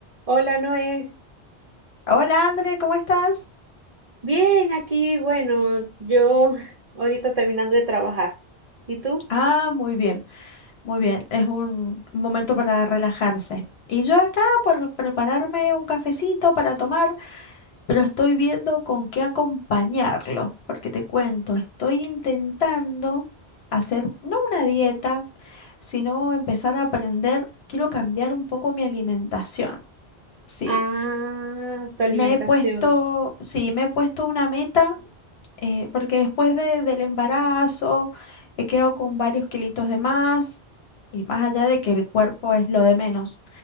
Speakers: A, on the right (about 45°); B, on the left (about 70°).
A: Hola Noé,
B: Hola, André, ¿cómo estás?
A: bien aquí, bueno, yo <laughs> ahorita terminando de trabajar. ¿Y tú?
B: Ah, muy bien, muy bien. Es un un momento para relajarse. Y yo acá por prepararme un cafecito para tomar, pero estoy viendo con qué acompañarlo, porque te cuento, estoy intentando hacer no una dieta, sino empezar a aprender, quiero cambiar un poco mi alimentación. Sí,
A: Ah, tu alimentación.
B: me he puesto, sí, me he puesto una meta eh, porque después de- del embarazo he quedado con varios kilitos de más y más allá de que el cuerpo es lo de menos.